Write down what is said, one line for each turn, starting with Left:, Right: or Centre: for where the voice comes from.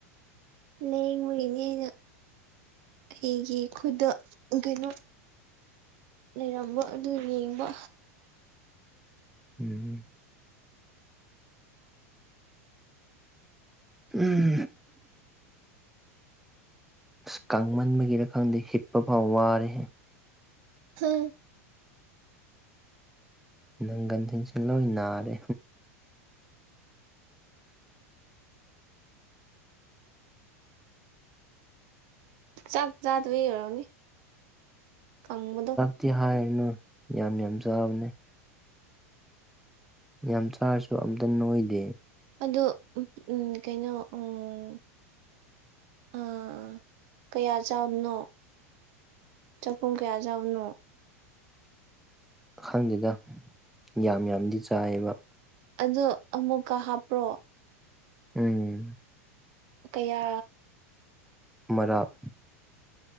Right: ꯂꯦꯡꯕꯒꯤꯅꯤ ꯑꯩꯅ ꯑꯩꯒꯤ ꯈꯨꯗꯣ ꯗꯨꯅ ꯂꯩꯔꯝꯕ ꯑꯗꯨ ꯌꯦꯡꯕ
Centre: ꯎꯝ ꯎꯝ ꯑꯁ ꯀꯡꯃꯟꯕꯒꯤꯔ ꯈꯪꯗꯦ ꯍꯤꯞꯄ ꯐꯥꯎ ꯋꯥꯔꯦꯍꯦ
Right: ꯍꯥ
Centre: ꯅꯪꯒꯜꯁꯤꯡꯁꯤ ꯂꯣꯏ ꯅꯥꯔꯦ
Right: ꯆꯥꯛ ꯆꯥꯗꯣꯢ ꯑꯣꯢꯔꯅꯤ ꯀꯪꯕꯗꯣ
Centre: ꯇꯤ ꯍꯥꯏꯔꯤꯅꯨ ꯌꯥꯝ ꯌꯥꯝ ꯆꯥꯕꯅꯤ ꯌꯥꯝ ꯆꯥꯔꯁꯨ ꯑꯝꯇ ꯅꯣꯏꯗꯦ
Right: ꯑꯗꯨ ꯎꯝ ꯀꯩꯅꯣ ꯎꯝ ꯑꯥ ꯀꯌꯥ ꯆꯥꯕꯅꯣ ꯆꯥꯛꯈꯨꯝ ꯀꯌꯥ ꯆꯥꯕꯅꯣ
Centre: ꯈꯪꯗꯦꯗ ꯌꯥꯝ ꯌꯥꯝꯗꯤ ꯆꯥꯏꯌꯦꯕ꯫
Right: ꯑꯗꯣ ꯑꯃꯨꯛꯀ ꯍꯥꯞꯄ꯭ꯔꯣ
Centre: ꯎꯝ
Right: ꯀꯌꯥ
Centre: ꯃꯔꯥꯞ